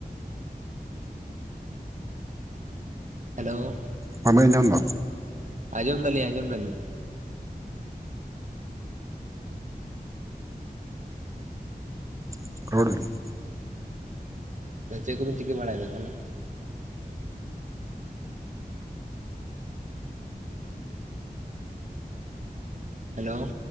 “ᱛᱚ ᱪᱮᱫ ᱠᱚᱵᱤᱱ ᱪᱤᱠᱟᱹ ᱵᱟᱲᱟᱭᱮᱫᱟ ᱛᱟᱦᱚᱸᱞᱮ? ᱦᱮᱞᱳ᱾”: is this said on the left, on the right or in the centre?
Right